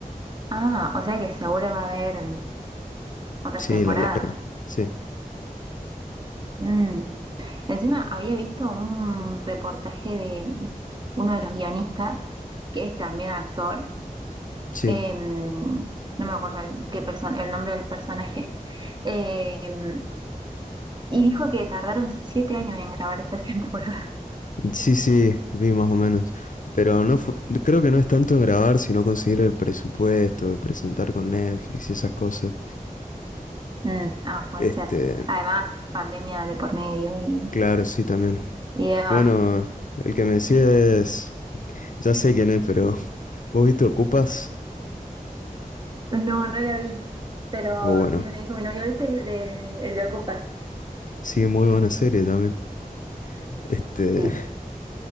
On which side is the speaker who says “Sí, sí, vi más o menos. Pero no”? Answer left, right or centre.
Left